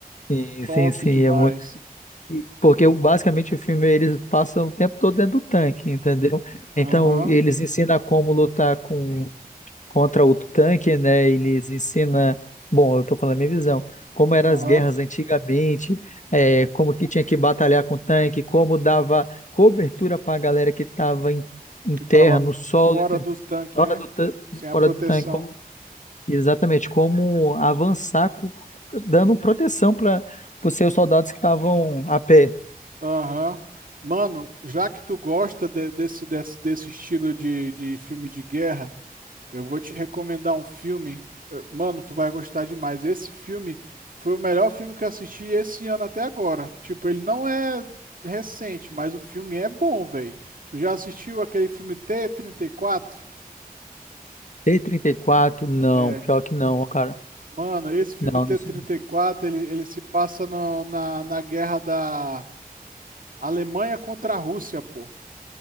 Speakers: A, on the left (about 50°); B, on the right (about 60°).
A: sim,
B: Top
A: sim, sim.
B: demais.
A: É muito E- Porque o- basicamente o filme eles passam o tempo todo dentro do tanque, entendeu?
B: Aham,
A: Então eles ensinam como lutar com, contra o tanque, né? Eles ensinam, bom, eu tô falando a minha visão, como eram
B: aham.
A: as guerras antigamente, é, como que tinha que batalhar com o tanque, como dava cobertura para a galera que estava em, em
B: Que
A: terra,
B: tava f-
A: no solo,
B: fora
A: entendeu?
B: dos tanques,
A: fora
B: né?
A: do, tan-
B: Sem a
A: fora
B: proteção.
A: do tanque, como, exatamente, como avançar, co- dando proteção para os seus soldados que estavam a pé.
B: Aham. Mano, já que tu gosta de- desse, desse, desse estilo de, de filme de guerra. Eu vou te recomendar um filme. Eu- Mano, tu vai gostar demais. Esse filme foi o melhor filme que eu assisti esse ano até agora. Tipo, ele não é recente, mas o filme é bom, velho. Tu já assistiu aquele filme t trinta e quatro?
A: t trinta e quatro não,
B: É.
A: pior que não, cara.
B: Mano, esse filme
A: Não,
B: t
A: não sei.
B: trinta e quatro, ele, ele se passa no- na, na guerra da Alemanha contra a Rússia, pô.